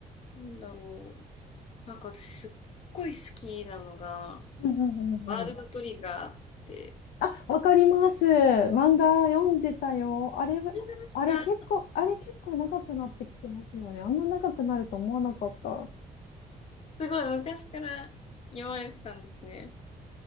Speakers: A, on the left; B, on the left.
A: なんだろう。なんか私すっごい好きなのが、
B: うんうんうん
A: ワールドトリガーって、
B: あ、わかります。漫画読んでたよ。あれ、
A: 出ました。
B: あれ結構、あれ結構長くなってきてますよね。あんな長くなると思わなかった。
A: すごい昔から言われてたんですね。